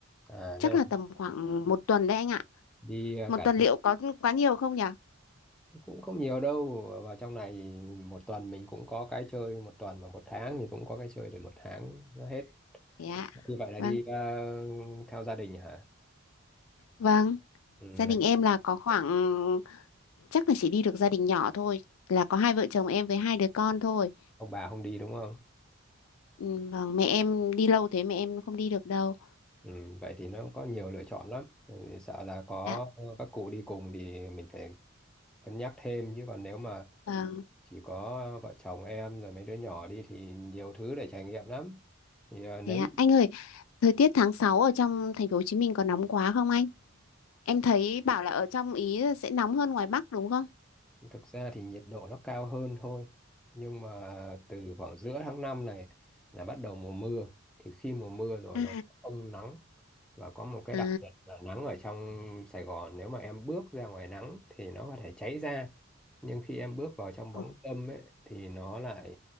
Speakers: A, in the centre; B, on the left.
A: à
B: chắc
A: đây là
B: là tầm khoảng một tuần đấy anh ạ.
A: đi ờ,
B: Một
A: cả
B: tuần
A: tuần
B: liệu có quá nhiều không nhỉ?
A: cũng không nhiều đâu vào trong này thì một tuần mình cũng có cái chơi một tuần mà một tháng thì cũng có cái chơi để một tháng nó hết
B: Thế ạ.
A: như vậy là
B: Vâng,
A: đi ờ, theo gia đình hả
B: vâng,
A: ừ,
B: gia
A: là
B: đình em là có khoảng chắc là chỉ đi được gia đình nhỏ thôi, là có hai vợ chồng em với hai đứa con thôi.
A: ông bà không đi đúng không
B: Ừ, vâng, mẹ em đi lâu thế mẹ em không đi được đâu.
A: ừ, vậy thì nó có nhiều lựa chọn lắm Bởi vì sợ là có
B: Dạ,
A: ờ, các cụ đi cùng thì mình phải cân nhắc thêm chứ còn nếu mà
B: vâng,
A: chỉ có vợ chồng em rồi mấy đứa nhỏ đi thì nhiều thứ để trải nghiệm lắm thì à, nếu
B: thế ạ. Anh ơi, thời tiết tháng 6 ở trong thành phố Hồ Chí Minh có nóng quá không anh? Em thấy bảo là ở trong ý sẽ nóng hơn ngoài Bắc đúng không?
A: thực ra thì nhiệt độ nó cao hơn thôi nhưng mà từ khoảng giữa tháng 5 này là bắt đầu mùa mưa thì khi mùa mưa rồi
B: À.
A: nó không nắng và có một cái
B: À,
A: đặc biệt là nắng ở trong Sài Gòn nếu mà em bước ra ngoài nắng thì nó có thể cháy da nhưng khi em bước vào trong
B: Ờ,
A: bóng râm ấy thì nó lại